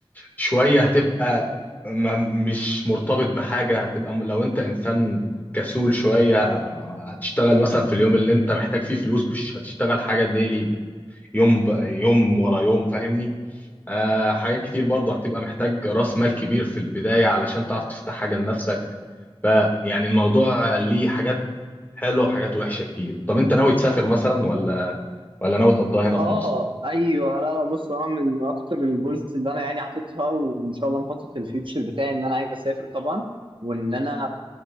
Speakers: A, on the left; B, on the right.
A: شوية هتبقى ما مش مرتبط بحاجة هتبقى م- لو انت انسان كسول شوية هتشتغل مثلا في اليوم اللي انت محتاج فيه فلوس مش هتشتغل حاجة ديلي يوم ب... يوم ورا
B: مم.
A: يوم فاهمني آه حاجات كتير برضه هتبقى محتاج راس مال كبير في البداية علشان تعرف تفتح حاجة لنفسك فيعني الموضوع ليه حاجات حلوة وحاجات وحشة كتير طب انت ناوي تسافر مثلا ولا ولا ناوي تقضيها هنا في
B: اه
A: مصر
B: ايوه لا لا بص انا من اكتر الجولز اللي انا يعني حاططها وان شاء الله مخطط الفيوتشر بتاعي ان انا عايز اسافر طبعا وان انا